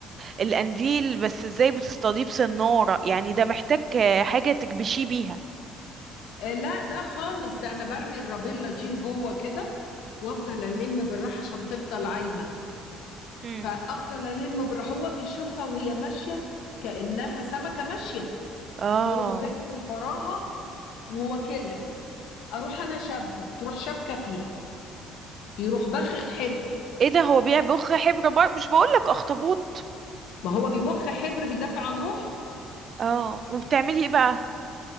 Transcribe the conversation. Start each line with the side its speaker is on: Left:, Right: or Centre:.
Right: القنديل بس ازاي بتصطاديه بسناره يعني ده محتاج حاجه تكبشيه بيها
Left: آه لا لا خالص ده أنا برمي الرابيلا دي لجوه كده وأفضل ألم بالراحة عشان تفضل عايمة
Right: مم.
Left: فافضل الم بر هو بيشوفها وهي ماشيه كانها سمكه ماشيه
Right: اه
Left: يروح جاي من وراها وواكلها اروح انا شاده تروح شابكه فيها يروح بخخ حبر
Right: ايه ده هو بيبخ حبر بر مش بقولك اخطبوط
Left: ما هو بيبخ حبر بيدافع عن روحه
Right: اه وبتعملي ايه بقى